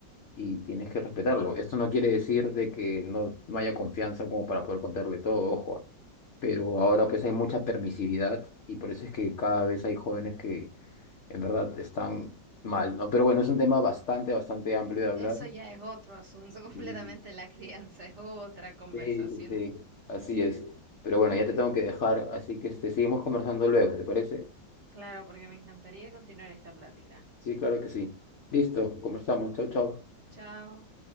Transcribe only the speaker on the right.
Eso ya es otro asunto
<laughs> completamente, la crianza es otra conversación.
Claro, porque me encantaría continuar esta plática.
Chao.